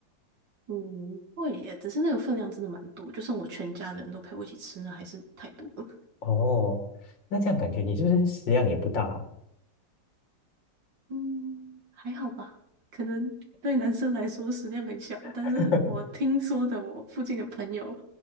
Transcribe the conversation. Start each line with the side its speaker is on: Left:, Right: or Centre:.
Right: 嗯，会耶，只是那个分量真的蛮多，就算我全家的人都陪我一起吃，那还是太多了。
Left: 哦，那这样感觉你是不是食量也不大啊？
Right: 嗯，还好吧，可能对男生来说食量很小，但是我听说的，
Left: <laughs>
Right: 我附近的朋友